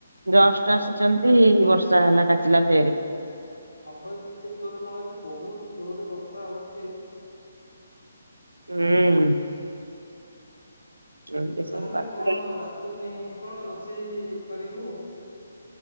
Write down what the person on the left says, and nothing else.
ହଁ ବା
ହଁ ବା ଏତେ ଜୋରରେ କଣ, ଆଜି ବହୁତ ଜୋରରେ ବର୍ଷା ହଉଛି।
ଆଉ
ଆଉ
ତାହେଲେ
କଣ ରାତି ପାଇଁ କଣ ରୋଷେଇ କରିବୁ?